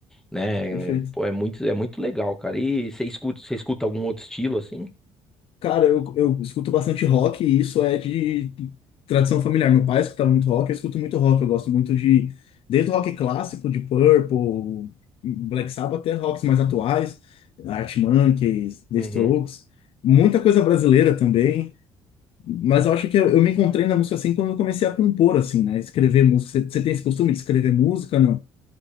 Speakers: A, in the centre; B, on the left (about 60°).
A: né?
B: perfeito.
A: Pô, é muito, é muito legal, cara. E você escuta, você escuta algum outro estilo, assim?
B: Cara, eu, eu escuto bastante rock e isso é de tradição familiar. Meu pai escutava muito rock, eu escuto muito rock. Eu gosto muito de, desde o rock clássico, de Purple, Black Sabbath, até rocks mais atuais, Arctic Monkeys, The
A: Uhum.
B: Strokes, muita coisa brasileira também. Mas eu acho que eu, eu me encontrei na música assim quando eu comecei a compor, assim, né? Escrever música. Você você tem esse costume de escrever música? Não.